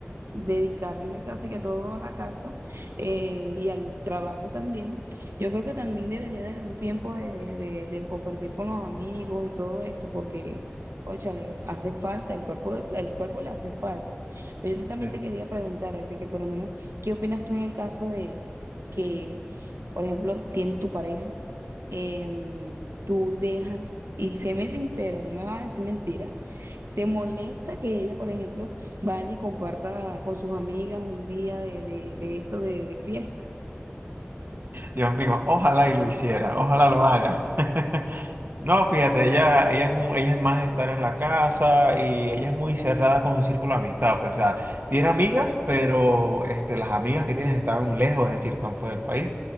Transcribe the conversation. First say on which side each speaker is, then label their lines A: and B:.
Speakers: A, on the right; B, on the right.
A: dedicarle casi que todo a la casa eh, y al trabajo también, yo creo que también debería de haber un tiempo de, de- de- de compartir con los amigos y todo esto, porque, óchale, hace falta, el cuerpo, de- el cuerpo le hace falta. Pero yo también
B: Sí.
A: te quería preguntar, Enrique, por lo menos, ¿qué opinas tú en el caso de que, por ejemplo, tienes tu pareja? em, tú dejas, y séme sincero, no me vas a decir mentira, ¿te molesta que ella, por ejemplo, vaya y comparta con sus amigas un día de, de, de esto de, de fiestas?
B: Dios mío, ojalá y lo hiciera, ojalá lo haga. <laughs> No, fíjate, ella, ella es, mu- ella es más estar en la casa y ella es muy cerrada con su círculo de amistad. Pues, o sea, tiene amigas, pero este, las amigas que tienes están lejos, es decir, están fuera del país.